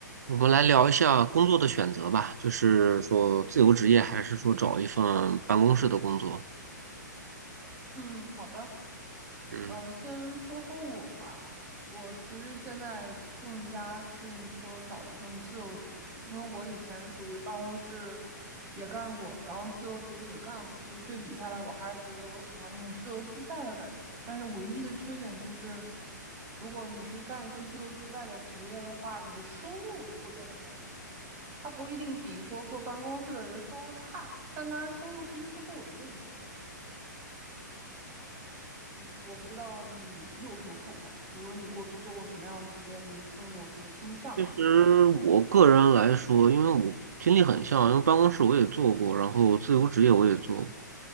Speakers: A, on the right; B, on the right.
A: 我们来聊一下工作的选择吧，就是说自由职业还是说找一份办公室的工作？
B: 嗯，好的。
A: 嗯，
B: 呃，先说说我吧。我其实现在更加适应说找一份自由职业，因为我以前属于办公室也干过，然后自由职业也干过，就是对比下来，我还是觉得我喜欢那种自由自在的感觉。但是唯一的缺点就是，如果你是干一份自由自在的职业的话，你的收入不会变得很稳定。它不一定比说坐办公室的人收入差，但它收入其实是不稳定的一种。我是我不知道你有什么看法，比如说你过去做过什么样的职业，你更有什么倾向？
A: 其实我个人来说，因为我经历很像，因为办公室我也做过，然后自由职业我也做过。